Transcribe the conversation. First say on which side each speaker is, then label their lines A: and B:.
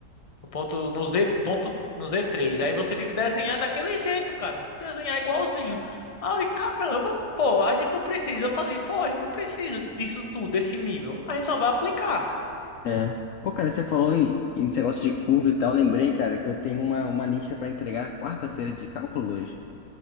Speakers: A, on the left; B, on the left.
A: No ponto. No Z, ponto, no z três. Aí você tem que desenhar daquele jeito, cara. Desenhar igualzinho. Aí eu digo, caramba, pô, a gente não precisa. Eu fazia, pô, a gente não precisa disso tudo, desse nível. A gente só vai aplicar.
B: É. Pô, cara, você falou em, em esse negócio de curva e tal. eu Lembrei, cara, que eu tenho uma, uma lista pra entregar quarta-feira de cálculo dois